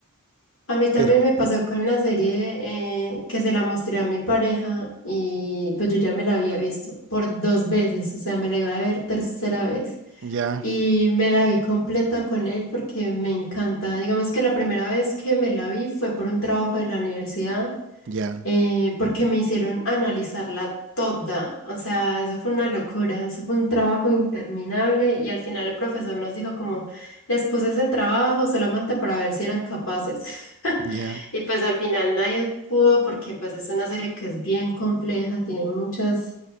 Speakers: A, on the left; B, on the right.
A: A mí también
B: Pero
A: me pasó con la serie eh, que se la mostré a mi pareja y pues yo ya me la había visto por dos veces, o sea, me la iba a ver tercera vez
B: ya,
A: y me la vi completa con él porque me encanta. Digamos que la primera vez que me la vi fue por un trabajo de la universidad
B: ya,
A: eh, porque me hicieron analizarla toda. O sea, eso fue una locura, eso fue un trabajo interminable y al final el profesor nos dijo como, les puse ese trabajo solamente para ver si eran capaces. <laughs>
B: ya.
A: Y pues al final nadie pudo porque pues es una serie que es bien compleja, tiene muchas,